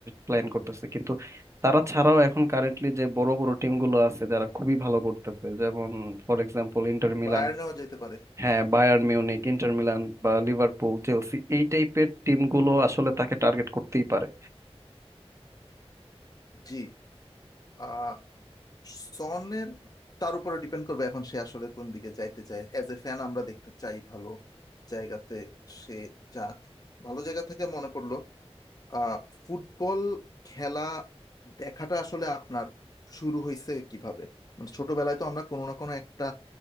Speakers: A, on the right; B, on the left.
A: প্ল্যান করতেছে কিন্তু তারা ছাড়াও এখন কারেন্টলি যে বড় বড় টিমগুলো আছে যারা খুবই ভালো করতেছে যেমন ফর এক্সাম্পল ইন্টার মিলান
B: বায়ার্নেও যেতে পারে
A: হ্যাঁ বায়ার্ন মিউনিক ইন্টার মিলান বা লিভারপুল চেলসি এই টাইপের টিমগুলো আসলে তাকে টার্গেট করতেই পারে
B: জি আহ সনের তার উপরে ডিপেন্ড করবে এখন সে আসলে কোন দিকে যাইতে চায় অ্যাজ এ ফ্যান আমরা দেখতে চাই ভালো জায়গাতে সে যাক ভালো জায়গা থেকে মনে পড়লো আহ ফুটবল খেলা দেখাটা আসলে আপনার শুরু হয়েছে কিভাবে মানে ছোটবেলায় তো আমরা কোনো না কোনো একটা